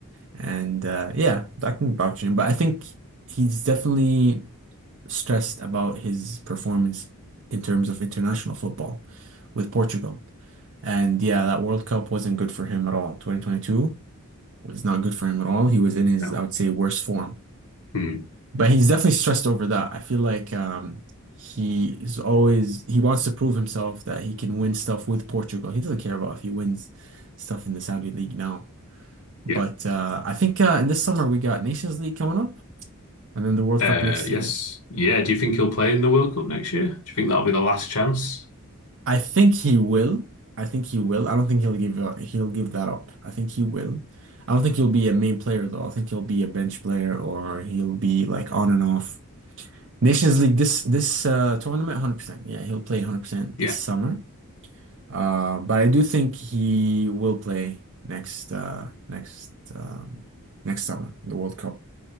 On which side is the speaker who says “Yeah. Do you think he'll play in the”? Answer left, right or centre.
Left